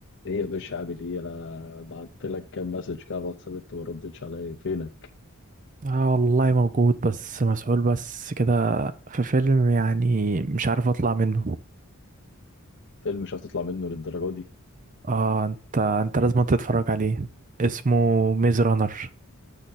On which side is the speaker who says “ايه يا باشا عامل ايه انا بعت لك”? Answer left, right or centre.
Left